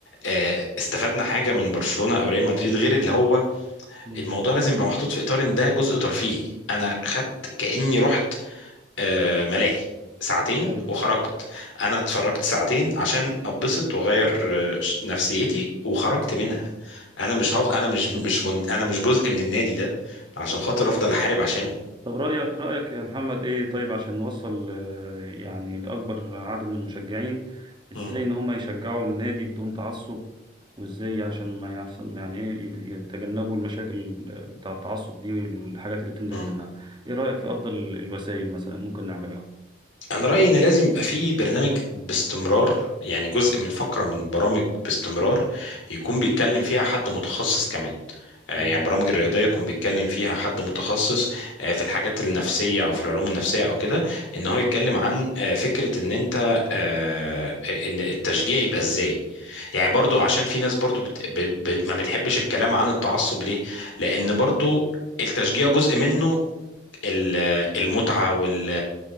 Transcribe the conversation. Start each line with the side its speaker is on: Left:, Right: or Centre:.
Left: آه، استفدنا حاجه من برشلونه او ريال مدريد غير اللي هو
Right: مم.
Left: الموضوع لازم يبقى محطوط في اطار ان ده جزء ترفيهي انا خدت كاني رحت آه، ملاهي ساعتين
Right: ايوه
Left: وخرجت انا اتفرجت ساعتين عشان ابسط واغير آه، ش- نفسيتي وخرجت منها انا مش هفضل انا مش مش من... انا مش جزء من النادي ده عشان خاطر افضل احارب عشانه
Right: طب رأيك رأيك يا محمد إيه طيب عشان نوصل آه، يعني لأكبر عدد من المشجعين إزاي
Left: مم.
Right: إن هم يشجعوا النادي بدون تعصب وإزاي عشان ما يعصب يعني إيه يت- يتجنبوا المشاكل آه، بتاع التعصب دي والحاجات اللي بتنتج
Left: مم.
Right: منها إيه رأيك في أفضل الوسائل مثلا ممكن نعملها؟
Left: انا رايي ان لازم يبقى في برنامج باستمرار يعني جزء من فقره من برامج باستمرار يكون
Right: مم.
Left: بيتكلم فيها حد متخصص كمان آه،
Right: مم.
Left: يعني برامج الرياضيه يكون بيتكلم فيها حد متخصص آه، في الحاجات النفسيه او في العلوم النفسيه او كده ان هو يتكلم عن آه، فكره ان انت آه، ان التشجيع يبقى ازاي يعني برضو عشان في ناس برضو بت... ب... ب... ما بتحبش الكلام عن التعصب ليه لان برضو التشجيع جزء منه ال- المتعة وال